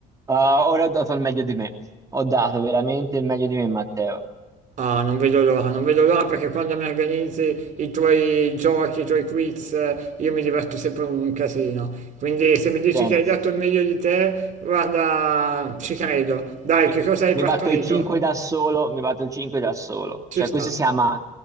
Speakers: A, on the right; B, on the right.
A: Ah, ora ho dato il meglio di me. Ho dato veramente il meglio di me, Matteo.
B: Ah, non vedo l'ora, non vedo l'ora perché quando mi organizzi i tuoi giochi, i tuoi quiz, eh, io mi diverto sempre un casino. Quindi se mi dici
A: Senti,
B: che hai dato il meglio di te, guarda, ci credo. Dai,
A: mi
B: che cosa hai
A: mi
B: partorito?
A: batto il 5 da solo, mi batto il 5 da solo.
B: Ci
A: Cioè,
B: sta.
A: questo si chiama